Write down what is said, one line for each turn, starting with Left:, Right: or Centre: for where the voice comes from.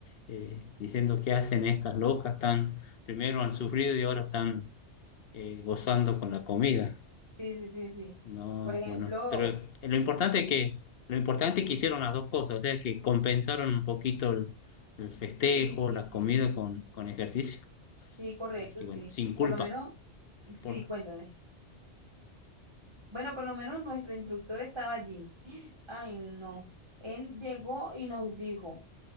Left: eh, diciendo qué hacen estas locas, tan primero han sufrido y ahora están eh, gozando con la comida.
Right: Sí, sí, sí, sí.
Left: No,
Right: Por ejemplo,
Left: bueno, pero lo importante es que, lo importante es que hicieron las dos cosas, o sea, que compensaron un poquito el, el festejo,
Right: sí, sí,
Left: la
Right: sí.
Left: comida con, con ejercicio.
Right: Sí, correcto,
Left: Así que
Right: sí.
Left: bueno, sin culpa.
Right: Por lo menos, sí,
Left: Por...
Right: cuéntame. Bueno, por lo menos nuestro instructor estaba allí. <gasps> Ay, no. Él llegó y nos dijo.